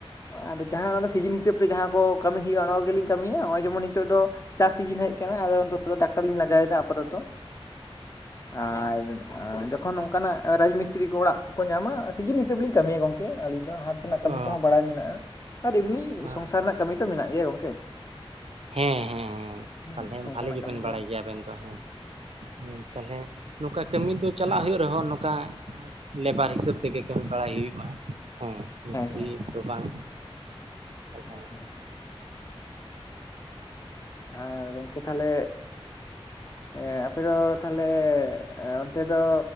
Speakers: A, on the left; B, on the right.
A: ᱟᱫᱚ ᱡᱟᱦᱟᱸ ᱚᱱᱟ ᱫᱚ ᱥᱤᱡᱤᱱ ᱦᱤᱥᱟᱹᱵ ᱛᱮ ᱡᱟᱦᱟᱸ ᱠᱚ ᱠᱟᱹᱢᱤ ᱦᱩᱭᱩᱜᱼᱟ ᱚᱱᱟ ᱠᱚᱜᱮᱞᱤᱧ ᱠᱟᱹᱢᱤᱭᱟ ᱦᱚᱜᱼᱚᱭ ᱡᱮᱢᱚᱱ ᱱᱤᱛᱚᱜ ᱫᱚ ᱪᱟᱥ ᱥᱤᱡᱤᱱ ᱦᱮᱡ ᱟᱠᱟᱱᱟ ᱟᱫᱚ ᱱᱤᱛᱚᱜ ᱫᱚ ᱴᱨᱟᱠᱴᱟᱨ ᱞᱤᱧ ᱞᱟᱜᱟᱣᱮᱫᱟ ᱟᱯᱟᱛᱚᱛᱚ ᱟᱨ ᱡᱚᱠᱷᱚᱱ ᱱᱚᱱᱠᱟᱱᱟᱜ ᱨᱟᱡᱽ ᱢᱤᱥᱛᱨᱤ ᱠᱚ ᱚᱲᱟᱜ ᱠᱚᱠᱚ ᱧᱟᱢᱟ ᱥᱤᱡᱤᱱ ᱦᱤᱥᱟᱹᱵᱽ ᱞᱤᱧ ᱠᱟᱹᱢᱤᱭᱟ ᱜᱚᱝᱠᱮ ᱟᱹᱞᱤᱧ ᱫᱚ ᱦᱟ᱾ ᱨᱮᱱᱟᱜ ᱠᱟᱹᱢᱤ
B: ᱚ
A: ᱠᱚᱦᱚᱸ ᱵᱟᱲᱟᱭ ᱢᱮᱱᱟᱜᱼᱟ ᱟᱨ ᱮᱢᱱᱤ
B: ᱚ
A: ᱥᱚᱝᱥᱟᱨ ᱨᱮᱱᱟᱜ ᱠᱟᱹᱢᱤ ᱛᱚ ᱢᱮᱱᱟᱜ ᱜᱮᱭᱟ ᱜᱚᱝᱠᱮ᱾
B: ᱦᱮᱸ ᱦᱮᱸ ᱦᱮᱸ
A: ᱦᱩᱸ
B: ᱛᱟᱞᱦᱮ
A: ᱚᱱᱠᱟᱱᱟᱜ
B: ᱵᱷᱟᱞᱮ ᱜᱮᱵᱮᱱ
A: ᱠᱟᱹᱢᱤ
B: ᱵᱟᱲᱟᱭ
A: ᱫᱚ
B: ᱜᱮᱭᱟ ᱟᱵᱮᱱ ᱫᱚ ᱦᱮᱸ᱾
A: <inaudible>
B: ᱦᱮᱸ ᱛᱟᱦᱞᱮ ᱱᱚᱠᱟ ᱠᱟᱹᱢᱤ ᱫᱚ ᱪᱟᱞᱟᱜ ᱦᱩᱭᱩᱜ ᱨᱮᱦᱚᱸ ᱱᱚᱠᱟ ᱦᱮᱸ ᱞᱮᱵᱟᱨ ᱦᱤᱥᱟᱹᱵ ᱛᱮᱜᱮ ᱠᱟᱹᱢᱤ ᱵᱟᱲᱟᱭ ᱦᱩᱭᱩᱜᱼᱟ᱾ ᱦᱮᱸ ᱢᱤᱥᱛᱨᱤ
A: ᱦᱮᱸ ᱦᱮᱸ
B: ᱫᱚ ᱵᱟᱝ ᱛᱟᱞᱦᱮ
A: ᱟᱪᱪᱷᱟ ᱟᱨ ᱜᱚᱝᱠᱮ ᱛᱟᱞᱦᱮ ᱦᱮᱸ ᱟᱯᱮ ᱫᱚ ᱛᱟᱞᱦᱮ ᱚᱱᱛᱮ ᱫᱚ